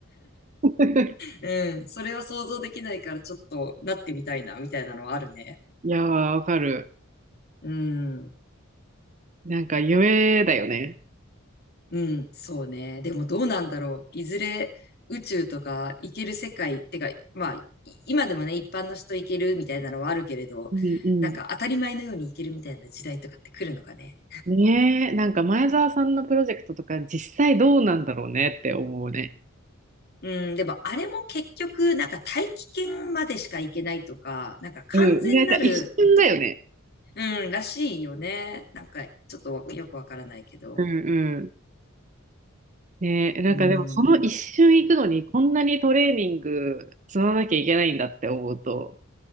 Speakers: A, on the right (about 35°); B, on the left (about 50°).
A: <laughs>
B: うん。それは想像できないからちょっとなってみたいな、みたいなのはあるね。
A: いやー、わかる。
B: うん。
A: なんか夢だよね。
B: うん。そうね。でもどうなんだろう。いずれ宇宙とか行ける世界ってか、まあ、い今でもね、一般の人行けるみたいなのはあるけれど、
A: うんうん。
B: なんか当たり前のように行けるみたいな時代とかって来るのかね。
A: ねえ、なんか前澤さんのプロジェクトとか実際どうなんだろうねって思うね。
B: うん、でもあれも結局、なんか大気圏までしか行けないとか、なんか完全なると、
A: うん、なんか一瞬だよね。
B: うん、らしいよね。なんかちょっとわよくわからないけど。
A: うんねえ、なんかでもその一瞬行くのにこんなにトレーニング積まなきゃいけないんだって思うと、
B: うん。